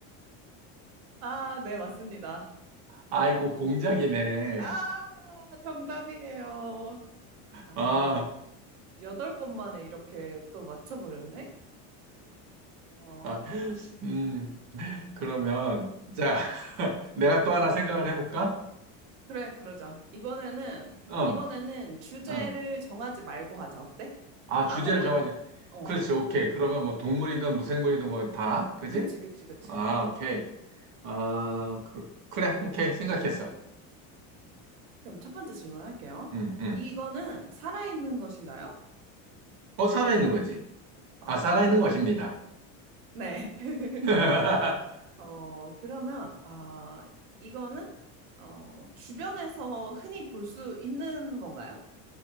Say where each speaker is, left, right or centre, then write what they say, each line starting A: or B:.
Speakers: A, on the right; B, on the right.
A: 아, 네, 맞습니다.
B: 아이고, 공작이네.
A: 아, 정답이에요. 아,
B: 아,
A: 여덟 번 만에 이렇게 또 맞춰버렸네? 어,
B: 아, 음, 그러면, 자, <laughs> 내가 또 하나 생각을 해볼까?
A: 그래, 그러자. 이번에는,
B: 어,
A: 이번에는 주제를
B: 어.
A: 정하지 말고 하자. 어때?
B: 아, 주제를
A: 아무거나.
B: 정하지.
A: 어,
B: 그렇지, 오케이. 그러면 뭐 동물이든 무생물이든 뭐 다, 그지?
A: 그치, 그치, 그치.
B: 아, 오케이. 아, 그, 그래, 오케이. 생각했어.
A: 그럼 첫 번째 질문 할게요.
B: 응, 응.
A: 이거는 살아있는 것인가요?
B: 어, 살아있는 거지.
A: 어,
B: 아, 살아있는 것입니다.
A: 네. <laughs>
B: <laughs>
A: 어, 그러면, 아, 이거는, 어, 주변에서 흔히 볼 수 있는 건가요?